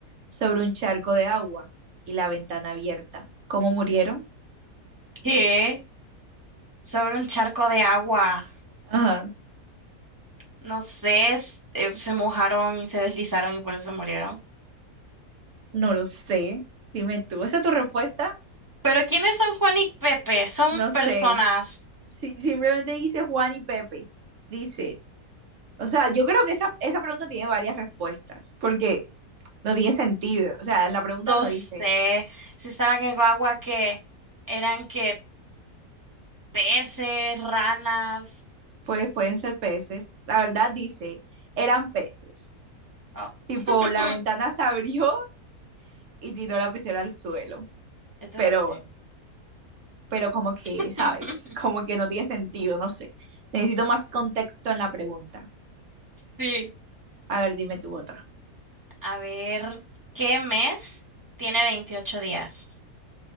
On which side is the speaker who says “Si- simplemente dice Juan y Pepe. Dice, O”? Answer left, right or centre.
Right